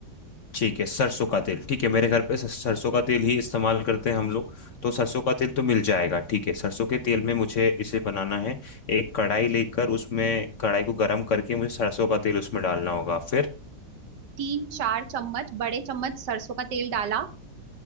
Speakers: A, on the left (about 60°); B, on the right (about 75°).
A: ठीक है सरसों का तेल ठीक है मेरे घर पे स- सरसों का तेल ही इस्तेमाल करते हैं हम लोग तो सरसों का तेल तो मिल जाएगा ठीक है सरसों के तेल में मुझे इसे बनाना है एक कढ़ाई लेकर उसमें कढ़ाई को गर्म करके मुझे सरसों का तेल उसमें डालना होगा फिर
B: तीन चार चम्मच बड़े चम्मच सरसों का तेल डाला